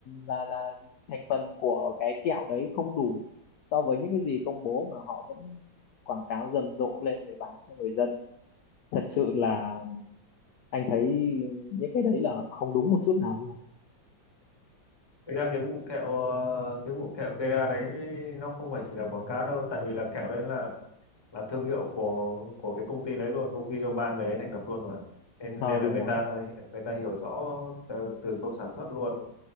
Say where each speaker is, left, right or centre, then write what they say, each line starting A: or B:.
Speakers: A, on the left; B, on the left.
A: là là thành phần của cái kẹo đấy không đủ so với những cái gì công bố mà họ vẫn quảng cáo rầm rộ lên để bán cho người dân thật sự là anh thấy những cái đấy là không đúng một chút nào luôn
B: Thực ra cái vụ kẹo ờ, cái vụ kẹo Kera đấy nó không phải chỉ là quảng cáo đâu tại vì là kẹo đấy là là thương hiệu của của cái công ty đấy luôn công ty do ba người ấy thành lập luôn mà nên
A: ờ
B: nên
A: đúng
B: là người
A: rồi
B: ta người ta hiểu rõ từ, từ khâu sản xuất luôn